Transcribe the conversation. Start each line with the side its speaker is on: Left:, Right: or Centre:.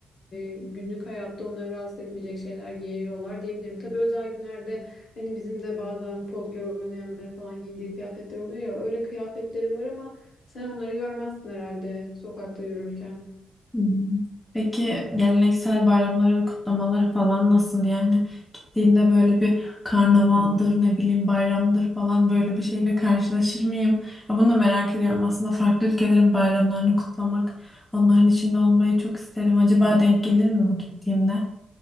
Left: e, günlük hayatta onları rahatsız etmeyecek şeyler giyiyorlar diyebilirim. Tabii özel günlerde hani bizim de bazen folklor oynayanların falan giydiği kıyafetler oluyor ya öyle kıyafetleri var ama sen onları görmezsin herhalde sokakta yürürken.
Centre: Hmm. Peki geleneksel bayramları ve kutlamaları falan nasıl yani? Gittiğimde böyle bir karnavaldır, ne bileyim bayramdır falan böyle bir şeyle karşılaşır mıyım? Ya bunu da merak ediyorum. Aslında farklı ülkelerin bayramlarını kutlamak, onların içinde olmayı çok isterim. Acaba denk gelir mi bu gittiğimde?